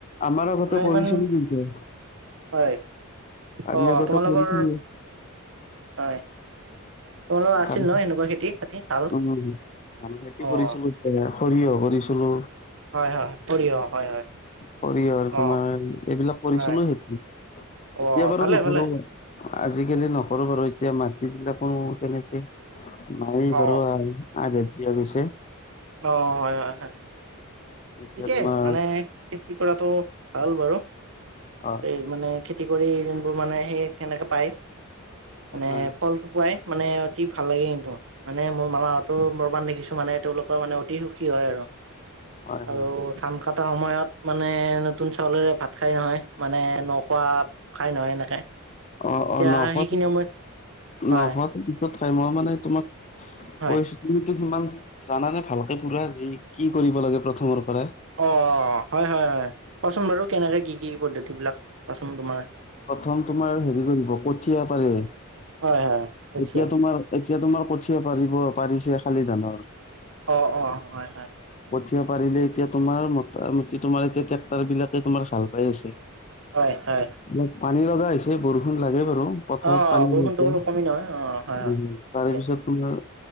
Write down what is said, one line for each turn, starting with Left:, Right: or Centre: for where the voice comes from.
Left: আমাৰ ঘৰতে
Right: মানে ইমান
Left: কৰিছিল কিন্তু।
Right: হয়,
Left: আমি
Right: অ
Left: আগতে
Right: তোমালোকৰ
Left: কৰিছিলো
Right: হয়। তোমালোকৰ
Left: ধান,
Right: আছিল ন এনেকুৱা খেতি বাতি ভাল?
Left: উম ধান খেতি
Right: অ',
Left: কৰিছিলো তেতিয়া। সৰিয়হ কৰিছিলো।
Right: হয়, হয়, সৰিয়হ হয়, হয়,
Left: কৰি আৰু তোমাৰ
Right: অ',
Left: এইবিলাক কৰিছো
Right: হয়,
Left: ন সেইটো
Right: অ',
Left: এতিয়া বাৰু
Right: ভালে
Left: নকৰোঁ
Right: ভালে
Left: মই। আজিকালি নকৰো বাৰু এতিয়া মাটিবিলাকো কেনেকে নাই
Right: অ',
Left: বাৰু আগ দিয় পিছে।
Right: অ হয় হয় হয়।
Left: এতিয়া
Right: ঠিকে
Left: তোমাৰ
Right: মানে খেতি কৰাটো ভাল বাৰু,
Left: হয়
Right: এই মানে খে খেতি কৰি যোনবোৰ মানে সেই সেনেকৈ পায় মানে
Left: হয়
Right: ফলটোপুৱাই মানে। দেখি ভাল লাগে কিন্তু মানে মোৰ মামা হতৰ পৰমান দেখিছো মানে তেওঁলোকৰ মানে অতি সুখী হয় আৰু।
Left: হয়
Right: আৰু
Left: হয়
Right: ধান কটা সময়ত মানে নতুন চাউলেৰে ভাত খাই নহয়। মানে নখোৱা খাই নহয় এনেকে।
Left: অঁ
Right: তেতিয়া
Left: অঁ নশ
Right: সেইখিনি সময়ত হয়
Left: নশ <unintelligible> ঠাই মই মানে তোমাক
Right: হয়
Left: কৈছো তুমি সিমান জানানে ভালকে পুৰা যি কি কৰিব লাগে প্ৰথমৰ। পৰাই
Right: অ হয় হয় হয় কোৱাচোন বাৰু কেনেকে কি কি পদ্ধতি বিলাক কোৱাচোন তোমাৰ
Left: প্ৰথম তোমাৰ হেৰি কৰিব কঠীয়া পাৰে।
Right: হয় হয় কঠিয়া।
Left: এতিয়া তোমাৰ এতিয়া তোমাৰ কঠিয়া পাৰিব পাৰিছে শালি ধানৰ।
Right: অ অ হয় হয়।
Left: এতিয়া পাৰিলে এতিয়া তোমাৰ মোটামুটি তোমাৰ এতিয়া ট্ৰেক্টৰ বিলাকে তোমাৰ হাল বাই আছে
Right: হয় হয়।
Left: অপ পানী লগা হৈছে বৰষুণ লাগে ব পথাৰত
Right: অ
Left: পানী
Right: বৰষুণটো
Left: নিয়া
Right: অলপ
Left: উ
Right: কমি নহয় অ হয় হয়
Left: তাৰে
Right: ঠিকে
Left: পিছত তোমাৰ